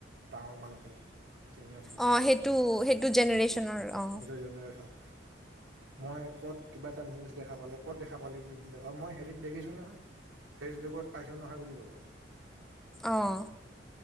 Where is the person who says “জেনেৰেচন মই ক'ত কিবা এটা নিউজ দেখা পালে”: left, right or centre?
Right